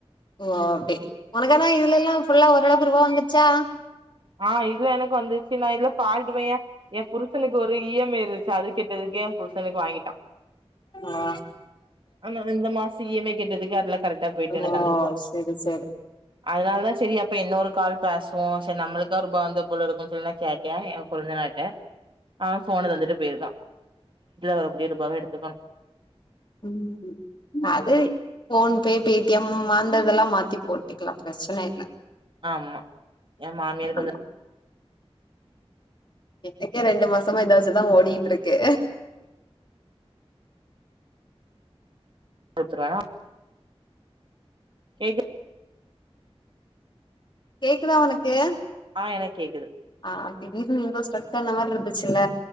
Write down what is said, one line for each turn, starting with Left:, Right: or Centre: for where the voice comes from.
Left: ஓ அப்டி ஒனக்கான்னா இதுலெல்லா ஃபுல்லா ஓரளவுக்கு ருவா வந்திச்சா
Right: ஆ இதுல எனக்கு வந்திர்ச்சி நா இதுல பான்ஞ்சி பையா எ புருஷனுக்கு ஒரு இ எம் ஐ இருந்திச்சி அது கெட்டதுக்கே எ புருஷனுக்கு வாங்கிட்டா
Left: ஆ
Right: ஆனா இந்த மாச இ எம் ஐ கேட்டதுக்கு அதுல்ல கரெக்டா போய்ட்டு
Left: ஓ
Right: எனக்கு அந்தருபா
Left: செரி செரி
Right: அதுனால தா செரி அப்ப இன்னோரு கால் பேஸ்வோ செர் நம்மள்க் இந்த ரூபா வந்த போலருக்குன் சொல் நா கேட்டே எ கொழ்ந்தநார்ட்ட ஆ ஃபோன தந்துட்டு பேய்ருக்கா வர்ர ரூபாவ எடுத்துக்கோணு
Left: ம் அது ஃபோன்பே பே டி எம் அந்ததுல்லா மாத்தி போட்டுக்கலா பிரச்சன இல்ல
Right: ஆம்மா எ மாமியாருக்கு
Left: ஆமா
Right: வந்
Left: எனக்கே ரெண்டு மாசமா இத வச்சிதா ஓடிகிட்ருக்கு
Right: குடுத்துருவேனா கேக்கு
Left: கேக்குதா ஒனக்கு
Right: ஆ எனக் கேக்குது
Left: ஆ திடீர்னு எங்கோ ஸ்டக்கான மார்ருந்திச்சில்ல